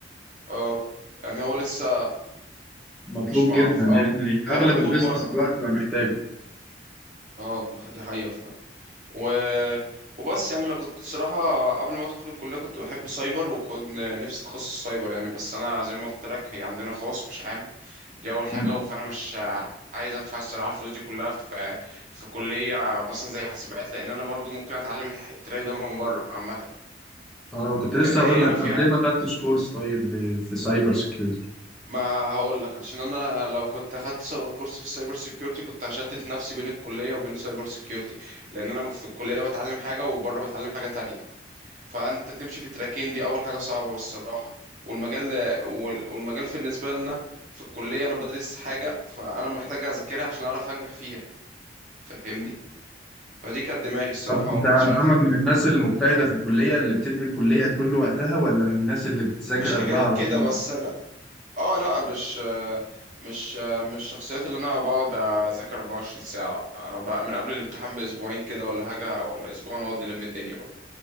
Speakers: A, on the right (about 45°); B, in the centre.
A: اه يعني هو لسه
B: مطلوب
A: مش معروف
B: جدا
A: قوي
B: لان
A: هو
B: اغلب
A: مطلوب
B: البيزنس
A: بره
B: دلوقتي بقى محتاجه
A: اه ده ح- دي حقيقة فعلا و... وبس يعني انا كنت صراحة قبل ما ادخل الكلية كنت بحب سايبر وكنت نفسي اتخصص سايبر يعني بس انا زي ما قلت لك هي عندنا خاص مش عام دي اول حاجة
B: مم.
A: فانا مش عايز ادفع الصراحة الفلوس دي كلها في في كلية مثلا زي حاسبات لان انا برضو ممكن اتعلم الح- التراك ده من بره عامة
B: انا كنت لسه
A: لان هي
B: اقول لك
A: فيها
B: طب ليه ما خدتش كورس طيب ب- في سايبر سيكيورتي
A: ما هقول لك عشان انا لو كنت اخدت سو- كورس في سايبر سيكيورتي كنت هشتت نفسي بين الكليه وبين سايبر سيكيورتي لان انا في الكليه بتعلم حاجه وبره بتعلم حاجه تانية فانت تمشي في تراكين دي اول حاجه صعبه الصراحه والمجال وال- والمجال في بالنسبه لنا في الكليه انا بدرس حاجه فانا محتاج اذاكرها عشان اعرف انجح فيها فاهمني فدي كانت دماغي الصراحه
B: انت
A: وما كنتش
B: يا محمد
A: عارف
B: من الناس المجتهده في الكليه اللي بتدي الكليه كل وقتها ولا من الناس اللي بتذاكر
A: مش حكايه
B: قبلها على
A: كده
B: طول
A: بس اه لا مش مش مش الشخصيات اللي انا بقعد اذاكر 24 ساعة لا انا بقى من قبل الامتحان باسبوعين كده ولا حاجة ولا اسبوع نقعد نلم الدنيا بقى